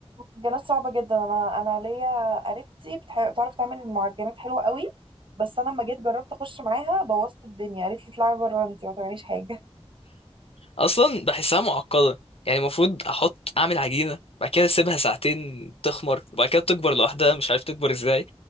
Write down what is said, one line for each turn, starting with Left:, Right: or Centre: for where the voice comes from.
Right: المعجنات صعبة جدا انا انا ليا قريبتي بتح... بتعرف تعمل معجنات حلوة قوي بس انا لما جيت جربت اخش معاها بوظت الدنيا قالت لي اطلعي بره انت ما تعمليش حاجة
Left: اصلا بحسها معقده يعني المفروض احط اعمل عجينه بعد كده اسيبها ساعتين تخمر وبعد كده تكبر لوحدها مش عارف تكبر ازاي